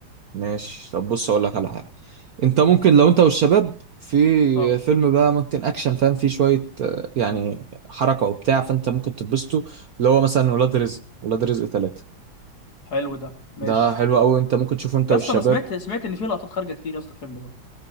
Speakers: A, on the right; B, on the left.
A: ماشي طب بص اقول لك على حاجه انت ممكن
B: اه
A: لو انت والشباب في
B: آه،
A: فيلم بقى ممكن اكشن فاهم فيه شويه آه، يعني حركه وبتاع فانت ممكن تتبسطوا اللي هو مثلا ولاد رزق ولاد رزق ثلاثة
B: حلو ده ماشي
A: ده حلو قوي انت ممكن تشوفه انت
B: يا
A: والشباب
B: اسطى أنا سمعت سمعت إن فيه لقطات خارجة كتير يا اسطى الفيلم ده